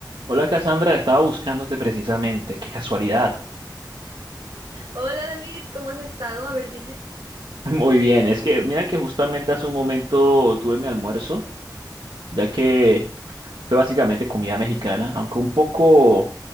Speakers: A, on the right (about 80°); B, on the right (about 60°).
A: Hola Cassandra, estaba buscándote precisamente, qué casualidad.
B: Hola David, ¿cómo has estado? A ver, dime,
A: <laughs> Muy bien, es que mira que justamente hace un momento tuve mi almuerzo, ya que fue básicamente comida mexicana, aunque un poco